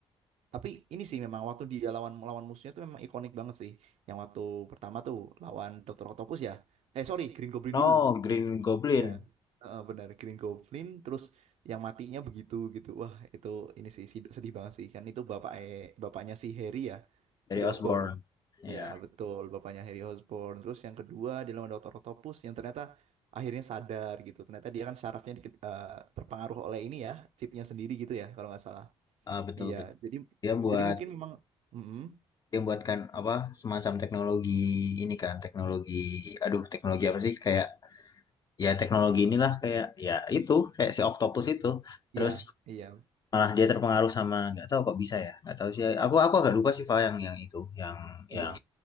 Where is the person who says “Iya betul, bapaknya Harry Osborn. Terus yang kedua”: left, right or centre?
Right